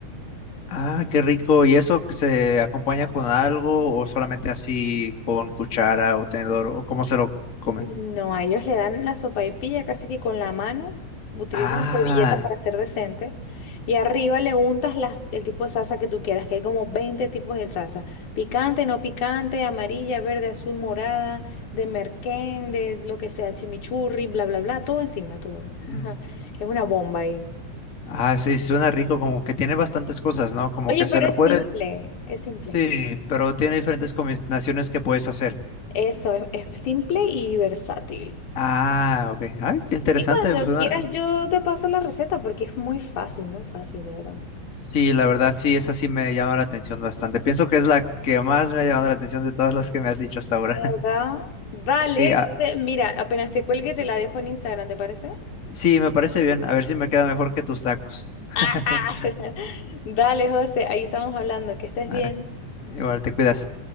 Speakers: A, on the left (about 30°); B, on the left (about 85°).
A: Ah, qué rico. ¿Y eso se acompaña con algo o solamente así con cuchara o tenedor o cómo se lo comen?
B: No, a ellos le dan la sopaipilla casi que con la mano. Utilizan
A: Ah.
B: una servilleta para ser decente. Y arriba le untas las- el tipo de salsa que tú quieras, que hay como 20 tipos de salsa. Picante, no picante, amarilla, verde, azul, morada, de merquén, de lo que sea, chimichurri, bla, bla, bla. Todo encima, todo. <laughs>
A: Mm.
B: Es una bomba ahí.
A: Ah, sí, suena rico, como que tiene bastantes cosas, ¿no? Como
B: Oye,
A: que se
B: pero
A: lo
B: es
A: puede,
B: simple, es simple.
A: sí, pero tiene diferentes combinaciones que puedes hacer.
B: Eso, es, es simple y versátil.
A: Ah, ok. Ay, qué interesante.
B: Y cuando
A: suena-
B: quieras yo te paso la receta porque es muy fácil, muy fácil, de verdad.
A: Sí, la verdad, sí, esa sí me llama la atención bastante. Pienso que es la que más me ha llamado la atención de todas las que me has dicho hasta ahora.
B: ¿Verdad?
A: <laughs>
B: Vale,
A: Sí,
B: entonces
A: ah,
B: mira, apenas te cuelgue te la dejo en Instagram, ¿te parece?
A: sí, me parece bien. A ver si me queda mejor que tus tacos. <laughs>
B: Ajá. <laughs> Dale, José, ahí estamos hablando, que estés
A: Vale.
B: bien.
A: Igual te cuidas.